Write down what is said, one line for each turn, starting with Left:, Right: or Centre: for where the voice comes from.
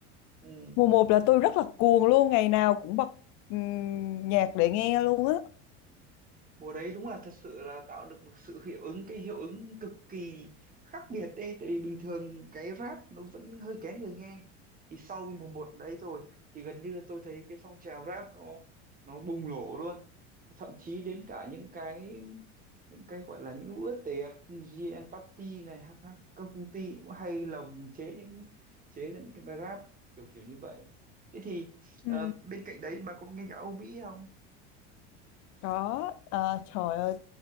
Right: ừ
Left: mùa một là tôi rất là cuồng luôn ngày nào cũng bật ừm, nhạc để nghe luôn á
Right: mùa đấy đúng là thật sự là tạo được một sự hiệu ứng cái hiệu ứng cực kỳ khác biệt ấy tại vì bình thường cái rap nó vẫn hơi kén người nghe thì sau cái mùa một đấy rồi thì gần như tôi thấy cái phong trào rap nó nó bùng nổ luôn thậm chí đến cả những cái những cái gọi là những bữa tiệc GN Party này hoặc các các công ty cũng hay lồng chế những chế ra những cái bài rap kiểu kiểu như vậy thế thì
Left: Ừ.
Right: ờ, bên cạnh đấy bà có nghe nhạc Âu Mỹ không
Left: Có, ờ, trời ơi,